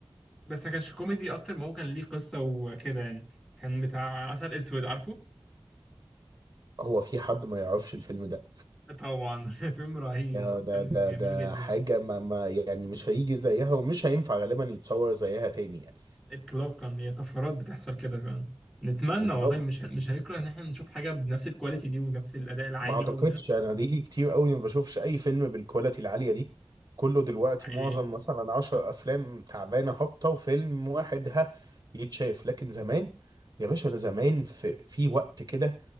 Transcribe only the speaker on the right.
هو في حد ما يعرفش الفيلم ده
ده ده
ده,
ده
حاجه ما ما يعني مش هيجي زيها ومش هينفع غالبا يتصور زيها تاني يعني
بالظبط
ما اعتقدش
انا دي لي كتير قوي ما بشوفش اي فيلم بالكواليتي العاليه دي كله دلوقتي
معظم مثلا 10 افلام تعبانه هابطه وفيلم واحد ها يتشاف لكن زمان يا باشا ده زمان في, في وقت كده